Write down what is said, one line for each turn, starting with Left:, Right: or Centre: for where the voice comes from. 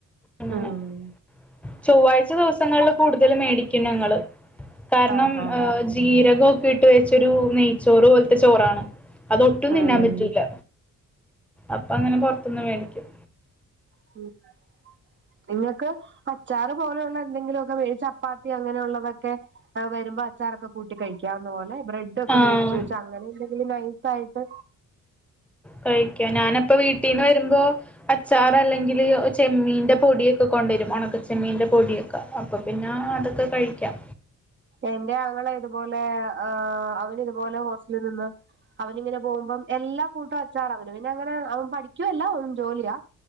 Centre: അങ്ങനെ
Right: ആഹ്
Centre: ചൊവ്വാഴ്ച ദിവസങ്ങളിൽ കൂടുതല് മേടിക്കും ഞങ്ങള് കാരണം
Right: ആഹ് ആഹ്
Centre: ഏഹ് ജീരകൊക്കെ ഇട്ട് വെച്ചൊരു നെയ്ച്ചോറ് പോലത്തെ ചോറാണ് അതൊട്ടും
Right: ഉം
Centre: തിന്നാൻ പറ്റൂല അപ്പൊ അങ്ങനെ പൊറത്തൂന്ന് മേടിക്കും
Right: മ്മ് നിങ്ങക്ക് അച്ചാറ് പോലെയുള്ള എന്തെങ്കിലുമൊക്കെ വേ ചപ്പാത്തി അങ്ങനെയുള്ളതൊക്കെ ആഹ് വരുമ്പോ അച്ചാറൊക്കെ കൂട്ടി കഴിക്കാവുന്ന പോലെ ബ്രെഡൊക്കെ
Centre: ആഹ്
Right: മേടിച്ച് വെച്ച് അങ്ങനെ എന്തെങ്കിലും നൈസ് ആയിട്ട്
Centre: കഴിക്കാൻ ഞാനപ്പ വീട്ടീന്ന് വരുമ്പോ അച്ചാർ അല്ലെങ്കില് ചെമ്മീന്റെ പൊടിയൊക്കെ കൊണ്ടുവരും ഉണക്ക ചെമ്മീന്റെ പൊടിയൊക്കെ അപ്പൊ പിന്നെ അതൊക്കെ കഴിക്കാം
Right: എന്റെ ആങ്ങള ഇതുപോലെ ആഹ് അവന് ഇതുപോലെ ഹോസ്റ്റലിൽ നിന്ന് അവൻ ഇങ്ങനെ പോകുമ്പം എല്ലാ കൂട്ടം അച്ചാറ് അവന് പിന്നെ അങ്ങനെ അവൻ പഠിക്കുവല്ല അവൻ ജോലിയാ